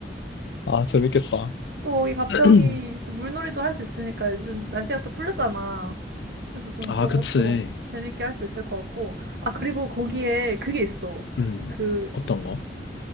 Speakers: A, on the left; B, on the right.
A: 아, 재밌겠다.
B: 또 여기 가평이
A: <clears throat>
B: 또 물놀이도 할 수 있으니까 요즘 날씨가 또 풀렸잖아. 그래서 좀
A: 아,
B: 그런
A: 그치.
B: 것도 재밌게 할 수 있을 것 같고. 아, 그리고 거기에 그게 있어.
A: 음,
B: 그
A: 어떤 거?